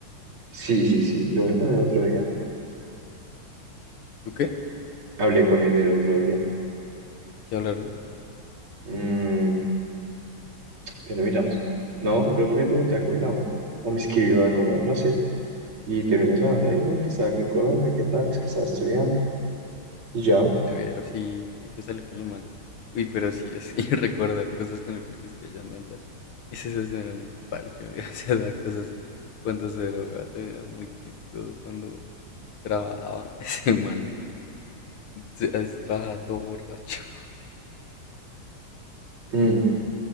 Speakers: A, on the right; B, on the left.
A: Sí, sí, sí, yo hablé con el otro día.
B: ¿Tú qué?
A: Hablé con él el otro día.
B: ¿Qué hablaron.
A: Mm, pero miramos. No, creo que le pregunté algo de la moto. O me escribió algo, no sé. Y terminó hablando ahí, ¿no? Que estaba aquí en Colombia, ¿qué tal? Es que estaba estudiando. Y ya.
B: Severo, sí, hay que salir con el man. Uy, pero sí es, <laughs> y recordar cosas con él porque es que yo no alta. Ese socio era un parche, <laughs> me hacía dar cosas cuando se drogaba, también era muy chistoso cuando trabajaba. <laughs> Ese man se- a veces trabajaba todo borracho. <laughs>
A: Mm,